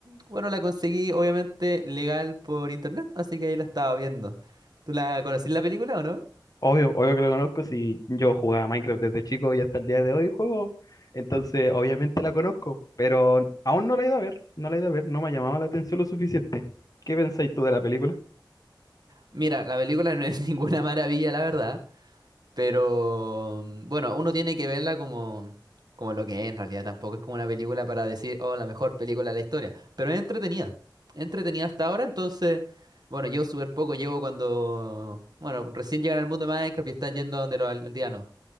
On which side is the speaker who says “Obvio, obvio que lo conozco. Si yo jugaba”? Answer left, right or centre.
Left